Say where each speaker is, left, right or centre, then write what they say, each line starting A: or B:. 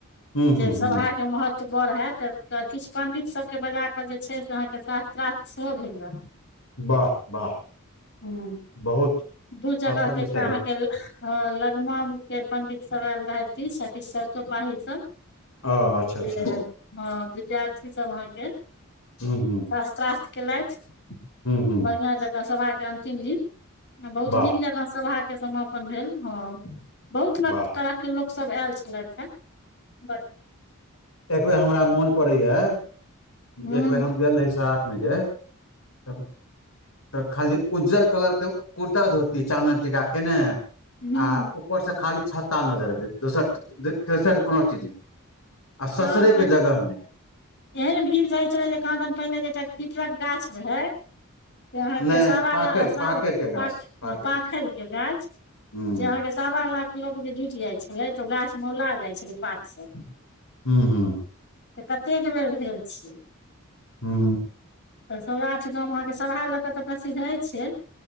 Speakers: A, on the left (about 75°); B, on the left (about 55°).
A: हूँ
B: जे
A: हूँ
B: सभाके
A: हूँ
B: महत्व बड़ होयत किछु पण्डित सभके बज कऽ जे छै अहाँके शास्त्रार् सेहो भेल रहै
A: वाह वाह
B: ह
A: बहुत
B: दू जगह
A: हर्कक
B: के
A: विषय
B: एकटा
A: भेल
B: अहाँके ह लगमा के पंडित सब आयल रहैथ किछ सखी सरसोपाही सब
A: ओ अच्छा
B: जे
A: अच्छा
B: हँ विधार्थी की सब अहाँके
A: हुँ हुँ
B: शास्त्ररार्थ केलथि
A: हूँ
B: बढ़िआं जकाँ सभाके अन्तिम दिन बहुत
A: वाह
B: नीक जेकाँ सभा के समापन भेल हँ बहुत
A: वाह
B: तरह के लोक लोक सब आयल छलथि हँ ब
A: एकबेर हमरा मोन पड़े या
B: हूँ
A: एकबेर हम गेल रही सराध मे जे त तऽ खाली उज्जर कलर के कुर्ता धोती चानन टीका केने
B: हूँ
A: आ ऊपर से खाली छत्ता नजरब दोसर तोसर कोनो चीज नहि आ
B: तऽ
A: ससरे
B: पहिले
A: के जगह ने
B: एहन भीड़ रहै छले जे कहादन पहिनेे जे एकटा पिपरक गाछ रहे से अहाँके
A: नहि
B: सावा
A: पाकरि
B: लाख सावा
A: पाकरि के गाछ
B: पा
A: पाकरि
B: पाखर के गाछ
A: हूँ
B: जे अहाँके सवा लाख लोक जे जुटि जाइ छलै तऽ गाछ मेौला जाइ छलै पात से
A: हुँ हुँ
B: तऽ कतेक बेर भेल छै
A: हु
B: तऽ सौराठ गाम अहाँके सभा लऽ कऽ तऽ प्रसिद्ध अछि ए